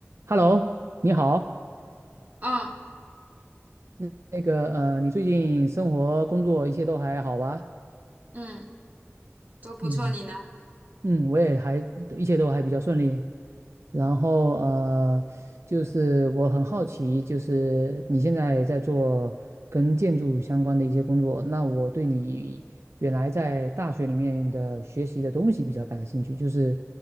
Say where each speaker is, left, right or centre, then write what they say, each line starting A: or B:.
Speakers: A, on the right; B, on the right.
A: Hello，你好。
B: 嗯
A: 那那个呃，你最近生活、工作一切都还好吧？
B: 嗯，都不错。
A: 嗯
B: 你呢？
A: 嗯，我也还一切都还比较顺利。然后呃，就是我很好奇，就是你现在在做跟建筑相关的一些工作，那我对你原来在大学里面的学习的东西比较感兴趣。就是